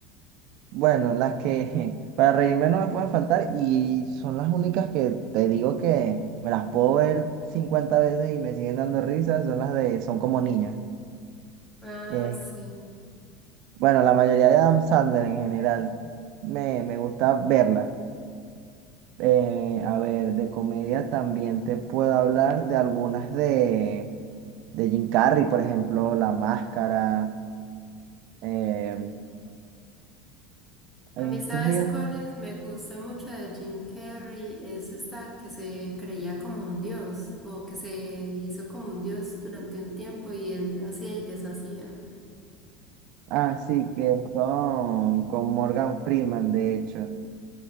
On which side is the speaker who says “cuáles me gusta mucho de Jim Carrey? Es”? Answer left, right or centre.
Centre